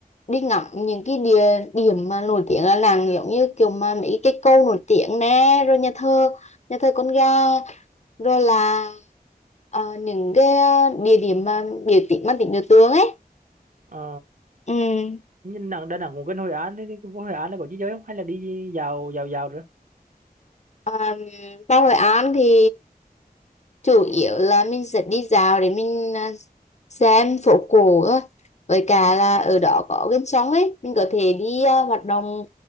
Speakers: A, on the left; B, on the right.
A: đi ngắm những cái địa điểm mà nổi tiếng là nàng giống như kiểu mà mấy cái câu nổi tiếng nè rồi nhà thờ nhà thờ con gà rồi là à, những cái à, địa điểm mà biểu tượng mang tính biểu tượng ấy
B: ờ
A: ừ.
B: nhưng Đà Nẵng Đà Nẵng cũng gần Hội An thế thì vô Hội An là có chi chơi không hay là đi dạo dạo dạo nữa
A: À, vào Hội An thì chủ yếu là mình sẽ đi dạo để mình à, xem phố cổ thôi với cả là ở đó có gần sông ấy mình có thể đi à, hoạt động